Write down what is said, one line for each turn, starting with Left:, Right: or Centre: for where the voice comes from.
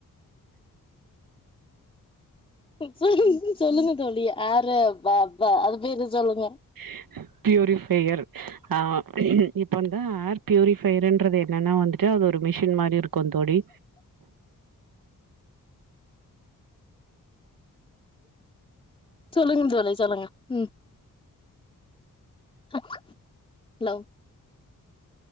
Left: சொல்லுங் சொல்லுங்க தோழி ஏரு பா பா அது பேரு சொல்லுங்க
Right: <inaudible> ப்யூரிஃபையர் ஆ இப்பந்தா ஏர் ப்யூரிஃபையர்ன்றது என்னன்னா வந்து டு அது ஒரு மிஷின் மாரி இருக்குந் தோழி
Left: சொல்லுங்க தோழி சொல்லுங்க ம் அ ஹலோ